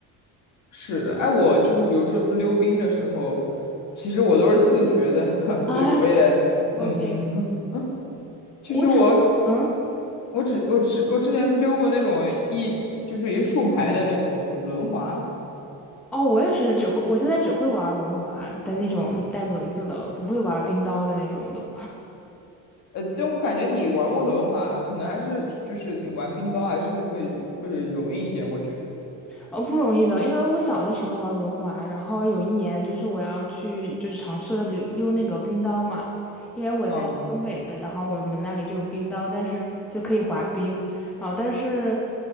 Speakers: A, on the left; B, in the centre.
A: 是的，哎，我就是比如说溜冰的时候，其实我都是自学的，<laughs> 所以我也，
B: 哎
A: 嗯嗯。
B: ，OK，
A: <laughs> 其实我
B: 我只会嗯。
A: 我只我只我之前溜过那种一就是一竖排的那种轮滑，
B: 哦，我也是只会，我现在只会玩轮滑，但那种带轮子的，不会玩冰刀的那种的，
A: 呃，但我感觉你玩过轮滑，可能还是就是你玩冰刀还是会会容易一点，我觉得。
B: 呃，不容易的。因为我小的时候玩轮滑，然后有一年就是我要去，就是尝试了溜溜那个冰刀嘛，因为我家是东北的，
A: 嗯
B: 然后我们那里就有冰刀，但是就可以滑冰，然后但是，